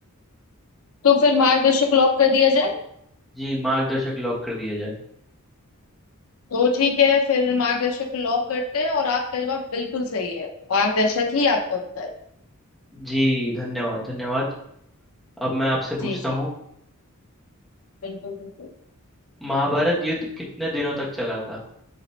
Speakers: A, on the left (about 70°); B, in the centre.
A: तो फिर मार्गदर्शक लॉक कर दिया जाए
B: जी मार्गदर्शक लॉक कर दिया जाए
A: तो ठीक है फिर मार्गदर्शक को लॉक करते हैं और आपका जवाब बिल्कुल सही है मार्गदर्शक ही आपका उत्तर है।
B: जी धन्यवाद धन्यवाद अब मैं आपसे
A: जी
B: पूछता
A: जी
B: हूँ
A: बिल्कुल बिल्कुल
B: महाभारत युद्ध कितने दिनों तक चला था